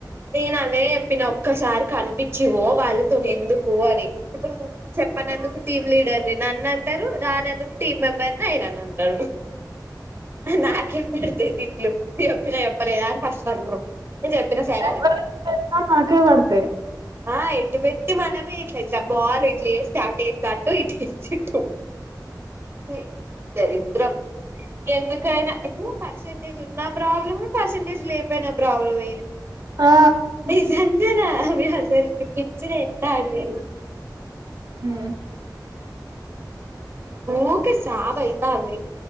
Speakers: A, on the right (about 35°); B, on the right (about 65°).
A: నేను అవే చెప్పిన ఒక్కసారి కనిపించి పో వాళ్ళుతోని ఎందుకు అని ఇప్పుడు చెప్పన ఎందుకు టీమ్ లీడర్ ని నన్ను అంటారు రానందుకు టీమ్ మెంబర్ అయినానన్ను నాకేందుకు పడితాయి తిట్లు చెప్పినా చెప్పలేదా అని ఫస్ట్ అంటారు నేను చెప్పినా సార
B: ఎవలు చేయకపోయినా మాకే పడతయి
A: ఆ ఎటు పెట్టి మనమే జపాల్ ఇట్ల అటు ఎస్తే అటు ఇటు ఎస్తే ఇటు ఏ దరిద్రం ఎందుకైనా పార్సెంటేజ్ ఉన్నా ప్రాబ్లెమ్ లేకున్నా ప్రాబ్లమ్ ఇస్ లె చెప్పు ప్రాబ్లమ్ ఎంటి
B: ఆ
A: నిజంగానా మీ అందరికి పిచ్చి లేతంది
B: హమ్
A: యుకే చావ్ అయితాంది